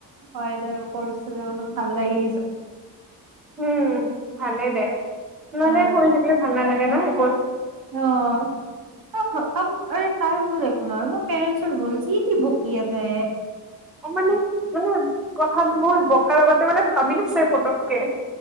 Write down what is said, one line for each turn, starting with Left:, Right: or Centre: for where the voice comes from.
Right: হয়দে পৰিচে অলপ ভাল লাগি
Centre: উম, ভালেই দে, নাল
Right: অ
Centre: কৰি থাকিলে ভাল নালাগে না। <unintelligible>
Right: অ'। <unintelligible> তাই ভুল একো নহয়, মোৰ পেৰেন্টছৰ ভুল, যি তি বকি আছে,
Centre: তাৰ মানে কথাত বোৰ বোক লগাতে মানে ভাবিলোছে পতককে।